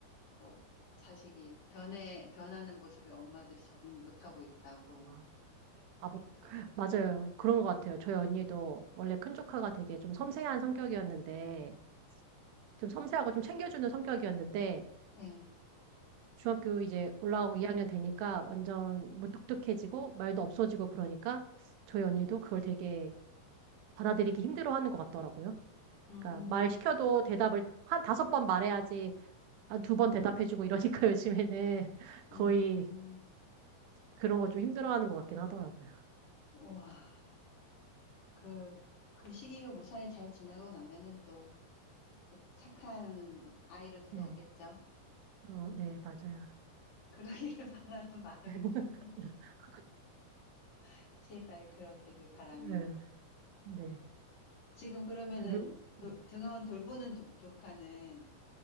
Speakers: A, on the left (about 60°); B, on the right (about 85°).
A: 뭐 자식이 변해 변하는 모습에 엄마들이 적응 못하고 있다고
B: 어, 아,
A: 그렇다고
B: 뭐,
A: 하더라고.
B: 맞아요. 그런 것 같아요. 저희 언니도 원래 큰 조카가 되게 좀 섬세한 성격이었는데, 좀 섬세하고 좀 챙겨주는 성격이었는데,
A: 네.
B: 중학교 이제 올라오고 2학년 되니까 완전 무뚝뚝해지고, 말도 없어지고 그러니까, 저희 언니도 그걸 되게 받아들이기 힘들어하는 것 같더라고요.
A: 음,
B: 그러니까 말 시켜도 대답을 한 다섯 번 말해야지, 한 두 번 대답해주고 이러니까 <laughs> 요즘에는 거의
A: 음,
B: 그런 거 좀 힘들어하는 것 같긴 하더라고요.
A: 와, 그, 그 시기가 무사히 잘 지나고 나면은 또, 또 착한 아이로 돌아오겠죠.
B: 네, 어, 네, 맞아요.
A: 그러기를 <laughs> 바라는 마음일
B: <laughs>
A: 뿐이 <laughs> 제발 그러기를 바라며.
B: 네, 네.
A: 지금 그러면은
B: 아, 그리고,
A: 도,
B: 음,
A: 등하원 돌보는 도- 조카는